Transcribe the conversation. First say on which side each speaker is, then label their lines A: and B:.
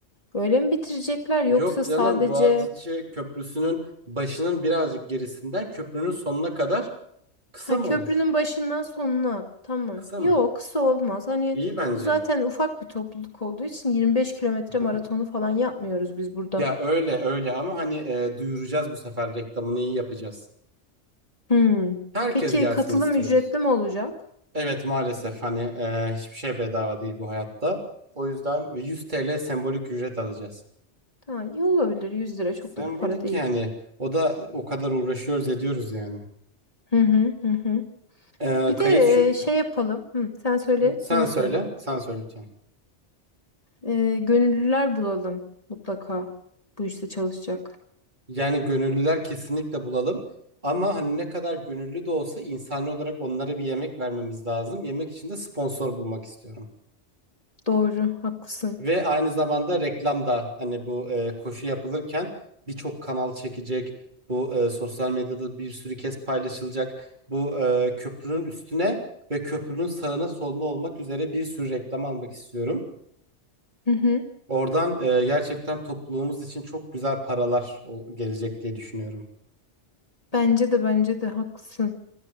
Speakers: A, on the left (about 30°); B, on the right (about 40°).
A: öyle mi bitirecekler yoksa
B: yok canım
A: sadece
B: Boğaziçi Köprüsü'nün başının birazcık gerisinden köprünün sonuna kadar kısa
A: ha
B: mı
A: köprünün
B: olur?
A: başından sonuna tamam.
B: Kısa
A: Yok
B: mı?
A: kısa olmaz. Hani
B: İyi bence.
A: bu zaten ufak bir topluluk olduğu için 25 kilometre
B: Aha.
A: maratonu falan yapmıyoruz biz burada.
B: Ya öyle öyle ama hani e, duyuracağız bu sefer reklamını iyi yapacağız.
A: Hmm.
B: Herkes
A: Peki
B: gelsin
A: katılım
B: istiyoruz.
A: ücretli mi olacak?
B: Evet maalesef hani e, hiçbir şey bedava değil bu hayatta. O yüzden 100 TL sembolik ücret alacağız.
A: Ha, iyi olabilir 100 lira çok
B: Sembolik
A: da bir para değil.
B: yani o da o kadar uğraşıyoruz ediyoruz yani.
A: Hı hı hı. hı.
B: Ee,
A: Bir
B: kayıt
A: de
B: şu,
A: e, şey yapalım. Hı, sen söyle
B: Sen
A: sonra
B: söyle,
A: söyleyeceğim.
B: sen söyle lütfen.
A: Ee, gönüllüler bulalım mutlaka bu işte çalışacak.
B: Yani gönüllüler kesinlikle bulalım. Ama hani ne kadar gönüllü de olsa insani olarak onlara bir yemek vermemiz lazım. Yemek için de sponsor bulmak istiyorum.
A: Doğru, haklısın.
B: Ve aynı zamanda reklam da hani bu e, koşu yapılırken birçok kanal çekecek. Bu e, sosyal medyada bir sürü kez paylaşılacak. Bu e, köprünün üstüne ve köprünün sağına soluna olmak üzere bir sürü reklam almak istiyorum.
A: Hı hı.
B: Oradan e, gerçekten topluluğumuz için çok güzel paralar o- gelecek diye düşünüyorum.
A: Bence de bence de haklısın.